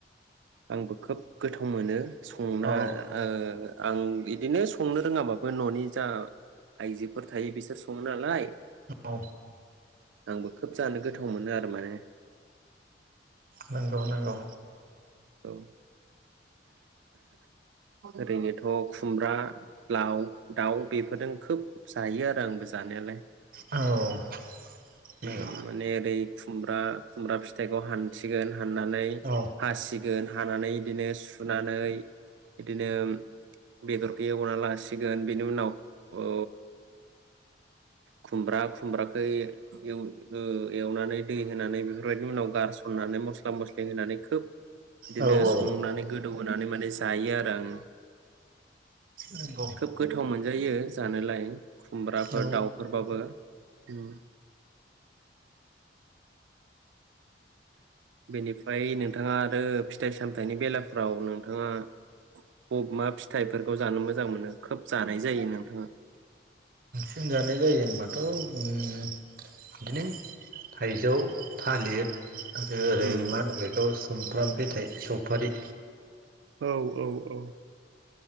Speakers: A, on the right; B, on the right.
A: आंबो खोब गोथाव मोनो संना
B: औ
A: ओ आं बेइदिनो संनो रोङाबाबो ननि जा आइजोफोर थायो बिसोर सङो नालाय
B: औ
A: आंबो खोब जानो गोथाव मोनो आरो माने
B: नंगौ-नंगौ
A: औ ओरैनोथ खुमब्रा लाव दाउ बेफोरजों खोब जायो आरो आंबो जानायालाय
B: औ नंगौ
A: ओम माने ओरै खुमब्रा खुमब्रा फिथाइखौ हानथिगोन हाननानै
B: औ
A: हासि गोन हानानै इदिनो सुनानै इदिनो बेदरखौ एवना लासिगोन बेनि उनाव औ खुमब्रा खुमब्राखो एव ओ एवनानै दै होनानै बेफोरबायदिनि उनाव गारसननानै मस्ला मस्लि होनानै खोब इदिनो
B: औ औ
A: संनानै गोदौ होनानै माने जायो आरो आं
B: नंगौ
A: खोब गोथाव मोनायो जानोलाय खुमब्राफोर
B: औ
A: दाउफोरबाबो ओम <inaudible> बेनिफ्राय नोंथाङा आरो फि थाइ सामथायाइनि बेलाफ्राव नोंथाङा बब मा फिथाइफोरखौ जानो मोजां मोनो खोब जानाय जायो नोंथाङा?
B: होनजानाय जायो होनबाथ उम इदिनो थाइजौ थालिर आरो ओरै
A: उम
B: मा होनो बेखौ सुमफ्राम फिथाय खौ फारि
A: औ औ औ।